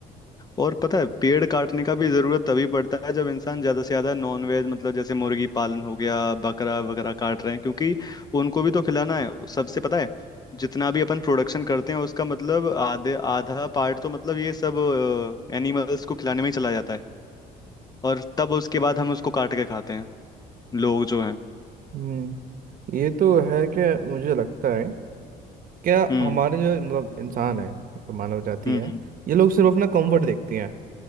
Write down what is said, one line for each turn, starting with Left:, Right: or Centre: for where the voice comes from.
Left: और पता है पेड़ काटने का भी जरूरत तभी पड़ता है जब इंसान ज्यादा से ज्यादा नॉनवेज मतलब जैसे मुर्गी पालन हो गया बकरा वगैरह काट रहे हैं क्योंकि उनको भी तो खिलाना है सबसे पता है जितना भी अपन प्रोडक्शन करते हैं उसका मतलब आधे आधा पार्ट तो मतलब ये सब एनिमल्स को खिलाने में ही चला जाता है और तब उसके बाद हम उसको काट के खाते हैं लोग जो हैं
Right: हम्म ये तो है कि मुझे लगता है क्या
Left: हम्म
Right: हमारे जो मतलब इंसान है जो मानव जाति
Left: हम्म
Right: है ये लोग सिर्फ अपना कंफर्ट देखते हैं